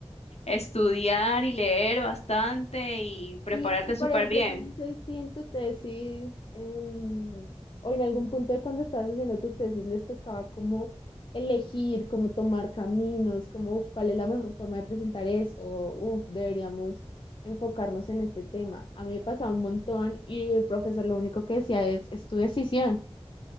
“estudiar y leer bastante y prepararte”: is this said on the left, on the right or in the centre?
Left